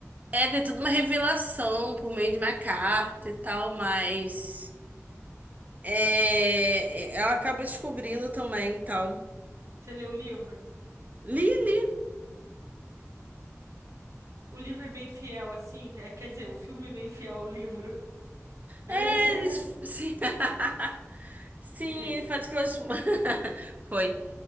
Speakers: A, on the right; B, on the right.
A: É, de tudo uma revelação por meio de uma carta e tal, mas é, é, ela acaba descobrindo também, tal.
B: Você leu o livro?
A: Lily,
B: O livro é bem fiel, assim. é, quer dizer, o filme é bem fiel ao livro. <laughs>
A: é, eles sim, <laughs> sim,
B: Errei.
A: ele faz aquelas <laughs> foi.